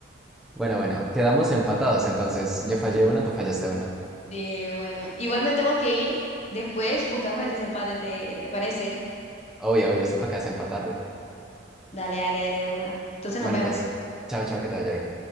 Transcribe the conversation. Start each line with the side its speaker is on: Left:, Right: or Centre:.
Centre: Bueno, bueno, quedamos empatados entonces. Yo fallé una, tú fallaste una.
Left: Sí, bueno, igual me tengo que ir. Después buscamos el desempate, ¿te, te parece?
Centre: Obvio, obvio, esto toca desempatarlo.
Left: Dale, dale, dale de una. Entonces
Centre: Bueno,
Left: nos vemos.
Centre: pues, chao, chao, que te vaya bien.